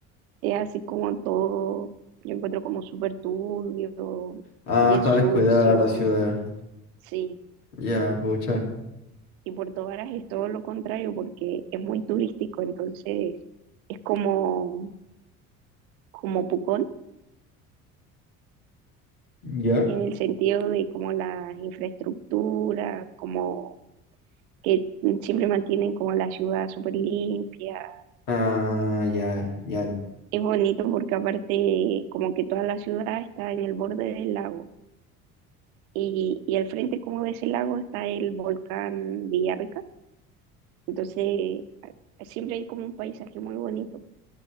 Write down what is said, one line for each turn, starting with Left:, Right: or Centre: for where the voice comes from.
Right: es así como todo, yo encuentro como súper turbio,
Left: Ah,
Right: bien
Left: está
Right: sucio,
Left: descuidada la ciudad.
Right: sí.
Left: Ya, pucha.
Right: Y Puerto Varas es todo lo contrario porque es muy turístico, entonces es como, como Pucón
Left: ¿Ya?
Right: en el sentido de como la infraestructura, como que siempre mantienen como la ciudad súper limpia.
Left: Ah, ya, ya.
Right: Es bonito porque aparte como que toda la ciudad está en el borde del lago y, y al frente como de ese lago está el volcán Villarrica. Entonces a- siempre hay como un paisaje muy bonito.